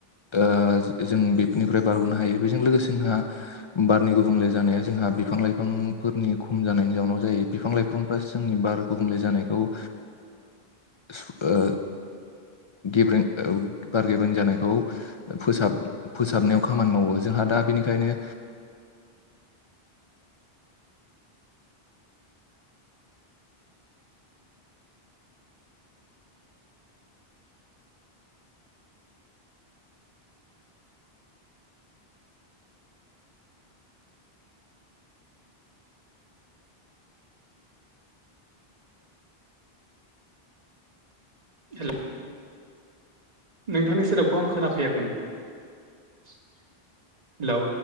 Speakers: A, on the left; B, on the right.
A: ओ जों बेफोरनिफ्राय बारग'नो हायो बेजों लोगोसे जोंहा बारनि गुबुंले जानाया जोंहा बिफां लाइफांफोरनि खम जानायनि जाउयोनाव जायो बिफां लाइफांफोरा जोंनि बार गुबुंले जानायखौ ओ सु ओ गेब्रें ओ बार गेब्रें जानायखौ फोसाब फोसाबनायाव खामानि मावो जोंहा दा बेनिखायनो
B: हेल' नोंथांनि सोदोबखौ आं खोनाफैयाखैमोन हेलौ